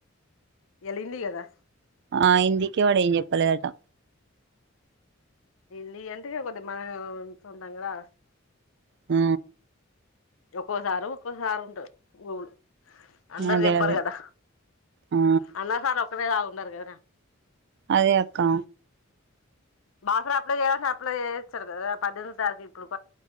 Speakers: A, on the left (about 75°); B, on the right (about 55°).
A: ఇయాల హిందీ కదా
B: ఆ ఇందుకే వాడేంచెప్పలేదటా.
A: న ఎంటకే కొద్ది మనం సొంతంగా రా.
B: ఆ
A: ఒక్కోసారు ఒక్కోసారు ఉంటదు. <unintelligible> అందరు
B: అదే
A: చెప్పారు
B: అదే
A: కదా.
B: ఆ
A: అన్నర్ సార్ ఒక్కేలా ఉండరు గద రా
B: అదే అక్కా
A: బాసరా అప్లై చేయమంటే అప్లై చె చారు గదా. పద్దెనిమిది తారీఖు ఇప్పుడు